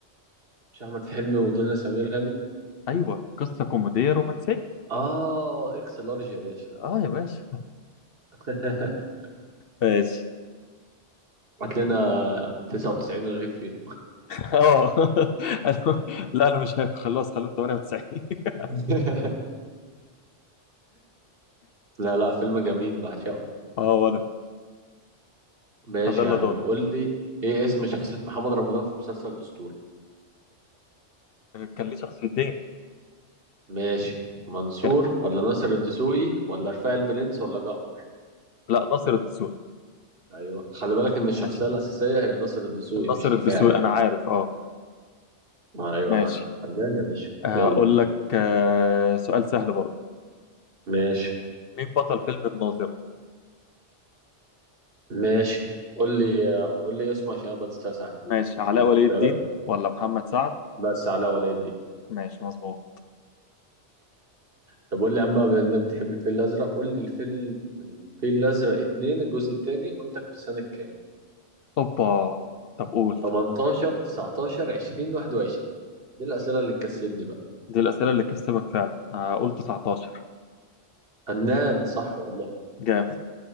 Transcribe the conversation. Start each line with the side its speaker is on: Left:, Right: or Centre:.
Right: مش احمد حلمي ودنيا سمير غانم
Left: أيوه قصة كوميدية رومانسية
Right: اه اكس لارج يا باشا
Left: أه يا باشا
Right: <laughs>
Left: ماشي
Right: هات لنا 99 رغيف فين
Left: اه <laughs> أنا- لا انا مش هاكل خلاص خليهم 98 <laughs>
Right: <laughs> لا لا فيلم جميل بعشقه
Left: اه وانا
Right: ماشي
Left: طب يلا
Right: يا عم
Left: دور
Right: قول لي ايه اسم شخصية محمد رمضان في مسلسل الأسطورة
Left: كان ليه شخصيتين
Right: ماشي منصور
Left: كان-
Right: ولا ناصر الدسوقي ولا رفاعي البرنس ولا جعفر
Left: لا ناصر الدسوقي
Right: ايوه خلي بالك ان الشخصية
Left: ماشي
Right: الأساسية هي ناصر الدسوقي
Left: ناصر
Right: مش رفاعي
Left: الدسوقي انا عارف اه
Right: ايوه
Left: ماشي
Right: يا معلم فنان يا باشا
Left: آه،
Right: يلا
Left: اقول لك آه، سؤال سهل برضه
Right: ماشي
Left: مين بطل فيلم الناظر
Right: ماشي قول لي قول لي اسمه عشان انا بنساه ساعات
Left: ماشي علاء
Right: للاختيارات
Left: ولي الدين ولا محمد سعد
Right: بس علاء ولي الدين
Left: ماشي مظبوط
Right: طب قول لي يا عم بقى بما انك بتحب الفيل الازرق قول لي الفيل من الفيل الازرق اتنين الجزء التاني وانت في سنة كام
Left: اوبا طب قول
Right: 18 19 20 21 دي الاسئله اللي تكسبني بقى
Left: دي الاسئله اللي تكسبك فعلا آه، قول 19
Right: فنان صح والله
Left: جامد